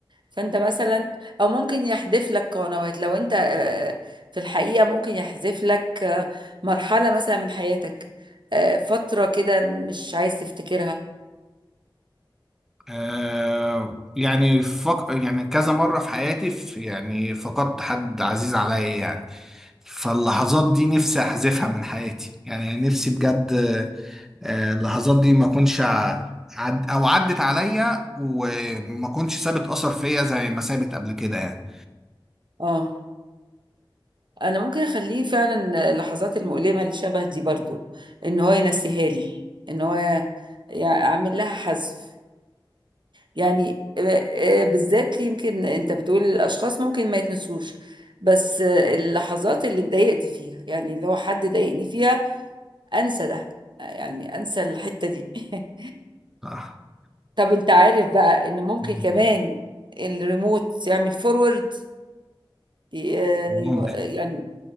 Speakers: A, on the right (about 65°); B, in the centre.
A: فانت مثلا او ممكن يحذف لك قنوات لو انت آه، في الحقيقة ممكن يحذف لك آه، مرحلة مثلا من حياتك آه، فترة كده مش عايز تفتكرها
B: آه يعني فق... يعني كذا مرة في حياتي في يعني فقدت حد عزيز عليا يعني فاللحظات دي نفسي أحذفها من حياتي يعني نفسي بجد آه اللحظات دي ما أكونش ع- عد... أو عدت عليا وما أكونش سابت أثر فيا زي ما سابت قبل كده يعني
A: اه انا ممكن اخليه فعلا اللحظات المؤلمة اللي شبه دي برضو ان هو ينسيها لي ان هو يعمل لها حذف يعني آه، آه، بالذات ليه يمكن انت بتقول الاشخاص ممكن ما يتنسوش بس آه، اللحظات اللي اتضايقت فيها يعني اللي هو حد ضايقني فيها انسى ده آه، يعني انسى الحتة دي <laughs>
B: صح.
A: طب انت عارف بقى ان ممكن
B: مم.
A: كمان الريموت يعمل فورورد يعني
B: ممكن